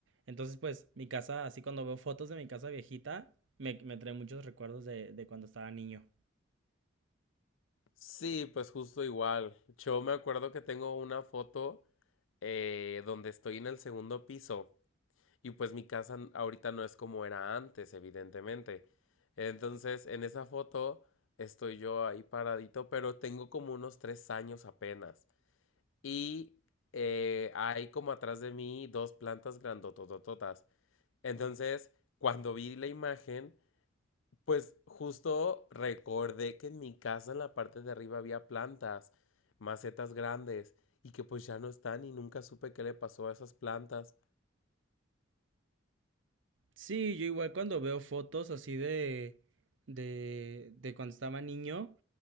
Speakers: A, on the right; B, on the left.
A: Entonces, pues, mi casa, así cuando veo fotos de mi casa viejita, me, me trae muchos recuerdos de, de cuando estaba niño.
B: Sí, pues justo igual. Yo me acuerdo que tengo una foto eh, donde estoy en el segundo piso y pues mi casa n- ahorita no es como era antes, evidentemente. Entonces, en esa foto estoy yo ahí paradito, pero tengo como unos tres años apenas. Y eh, hay como atrás de mí dos plantas grandototototas. Entonces, cuando vi la imagen, pues justo recordé que en mi casa en la parte de arriba había plantas, macetas grandes, y que pues ya no están y nunca supe qué le pasó a esas plantas.
A: Sí, yo igual cuando veo fotos así de, de, de cuando estaba niño,